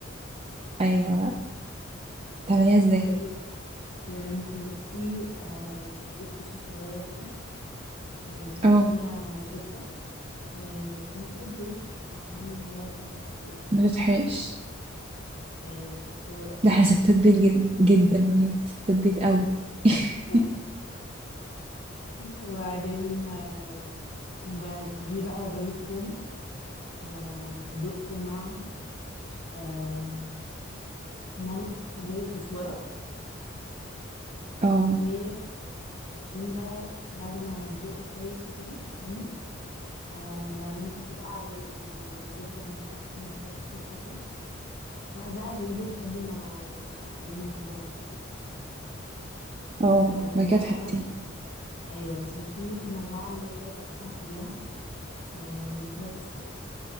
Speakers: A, on the right (about 30°); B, on the left (about 75°).
A: ايوه تعمليها ازاي
B: هقول لك يا بنتي بصي أه بجيب طاسة صغيرة كده وبحط
A: اه
B: فيها زبدة ونقطة زيت عشان اللي هو الزبدة متحرقش وكده
A: ما تتحرقش
B: أيوة شطورة
A: ده احنا ستات بيت جد جدا بجد ستات بيت قوي <laughs>
B: <laughs> وبعدين آه، بتجيبي بقى بجيب توم وأدقه مع آه، ملح وكزبرة
A: اه
B: وبعدين بقى بعد ما أدقه كويس وكده أفرمه آه بعدين بحطه بقى على الزبدة لما تسخن وكده بتسيح وكده واقعد بقى اقلبه لحد ما يبقى لونه ذهبي كده
A: اه
B: بعدين
A: بعد كده
B: بقى
A: تحطيه
B: بت... ايوه بس بتكوني مولعه الملوخيه تسخن قبلها فلما الملوخيه تسخن